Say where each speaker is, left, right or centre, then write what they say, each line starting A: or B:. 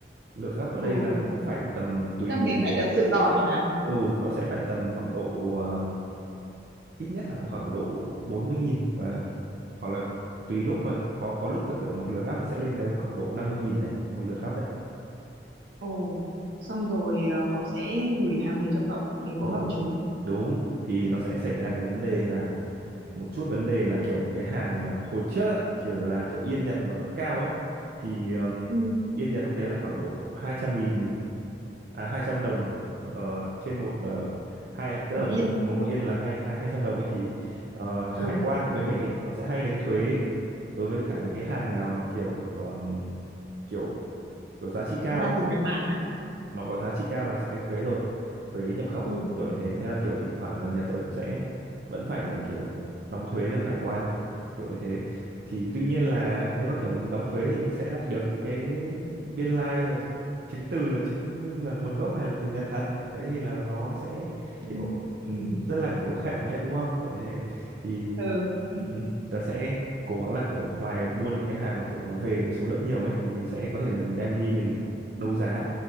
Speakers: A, on the right; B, on the right.
A: lượt gắp ở
B: ừ.
A: đây là nó cũng phải tầm tùy
B: Chắc mình phải thật sự giỏi hả?
A: ừ nó sẽ phải tầm khoảng độ ờ, ít nhất là khoảng độ bốn mươi nghìn và hoặc là tùy lúc mà có có lúc là kiểu một lượt gắp nó sẽ lên tới khoảng độ 50.000 đấy một lượt gắp đấy
B: Ồ, xong rồi ờ, họ sẽ gửi hàng về cho cậu nếu cậu
A: ừ.
B: gắp chúng.
A: đúng thì nó sẽ xảy ra cái vấn đề là một chút vấn đề là kiểu cái hàng mà hồi trước á, kiểu là kiểu yên Nhật nó vẫn cao ấy thì ừm,
B: Ừ,
A: yên Nhật lúc đấy là khoảng độ 200 nghìn à 200 đồng ờ, trên một ờ, hai tức
B: Mười
A: là một
B: yên.
A: một mỗi yên là hai hai 200 đồng ấy thì ờ, hải
B: Ừ,
A: quan của bên mình ấy nó sẽ hay đánh thuế đối với cả những cái hàng nào mà kiểu ờm, kiểu kiểu giá trị cao
B: ra
A: ấy
B: từ Nhật Bản á
A: nó có giá trị cao là nó sẽ đánh thuế rồi thuế nhập khẩu
B: ừ,
A: ấy kiểu như thế thế là kiểu thỉnh thoảng là nhà tớ cũng sẽ vẫn phải là kiểu đóng thuế cho hải quan kiểu như thế thì tuy nhiên là nếu mà kiểu mình đóng thuế thì mình sẽ lại được những cái biên lai và chứng từ là chứng minh là nguồn gốc này là từ Nhật thật thế thì là nó sẽ
B: Ừm.
A: kiểu ừm, rất là kiểu khệnh đấy đúng không kiểu như thế thì
B: ừ,
A: Ừ. Tớ sẽ cố gắng là kiểu ngoài buôn những cái hàng mà kiểu nó về số lượng nhiều ấy thì mình sẽ có thể là mình đem đi mình đấu giá